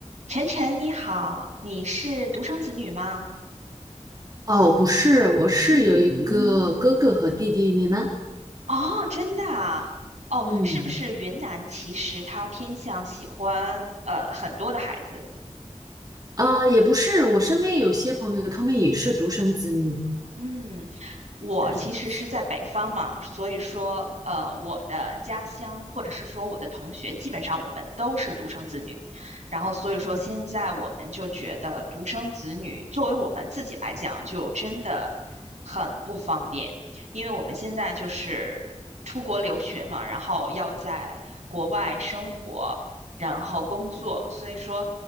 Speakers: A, on the right (about 70°); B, on the right (about 30°).
A: 晨晨你好，你是独生子女吗？
B: 哦，不是，我是有一个哥哥和弟弟，你呢？
A: 哦，真的啊？哦，
B: 嗯，
A: 是不是云南其实它偏向喜欢呃很多的孩子？
B: 啊、也不是，我身边有些朋友，他们也是独生子女，
A: 嗯，我其实是在北方嘛，
B: 是这样子。
A: 所以说，呃，
B: 啊，
A: 我的家乡或者是说我的同学，基本上我们都是独生子女，然后所以说现在我们就觉得独生子女作为我们自己来讲，
B: 嗯
A: 就真的很不方便，因为我们现在就是出国留学嘛，然后要在国外生活，然后工作，所以说，